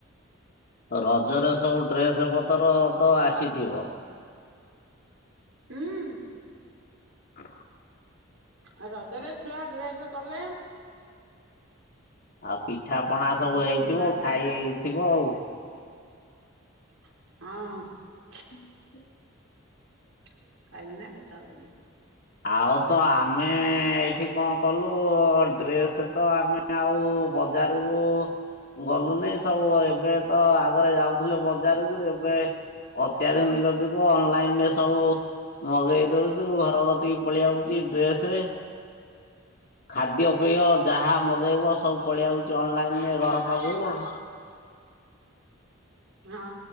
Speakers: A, on the left; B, on the right.
A: ରଜରେ ସବୁ ଡ୍ରେସ ପତର ତ ଆସିଥିବ।
B: ହୁଁ।
A: ହ।
B: ଆ ରଜରେ ଛୁଆ ଡ୍ରେସ୍ କଲେ
A: ଆଉ ପିଠା ପଣା
B: ଆଉ
A: ସବୁ ହେଇଥିବ
B: ନୂଆ ଡ୍ରେସ
A: ଖାଇଥିବ ଆଉ।
B: ହଁ।
A: ହୁଁ।
B: <unintelligible>
A: ଆଉ ତ ଆମେ ଏଠି କଣ କଲୁ ଡ୍ରେସ ତ ଆମେ ଆଉ କୁ ବଜାରକୁ ଗଲୁ ନାଇଁ ସବୁ ଏବେ ତ ଆଗରେ ଯାଉଥିଲେ ବଜାରକୁ ଏବେ ଅତ୍ୟାଧୁନିକ ଯୁଗୁ ଅନଲାଇନ ରେ ସବୁ ମଗେଇ ଦଉ ଯୋଉ ଘର କତିକି ପଳେଇଆ ଆଉଚି ଡ୍ରେସ ଖାଦ୍ୟ ପେୟ ଯାହା ମଗେଇବ ସବୁ ପଳେଇଆଉଚି ଅନଲାଇନରେ ଘର ପାଖକୁ ଆଉ।
B: ହଁ